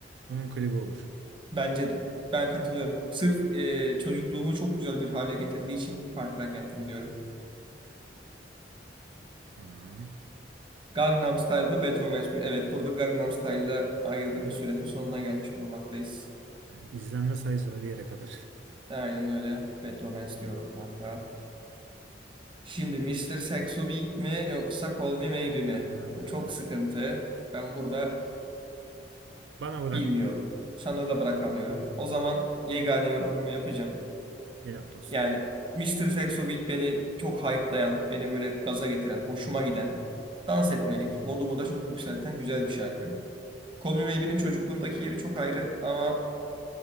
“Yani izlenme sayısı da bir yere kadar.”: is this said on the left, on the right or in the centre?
Right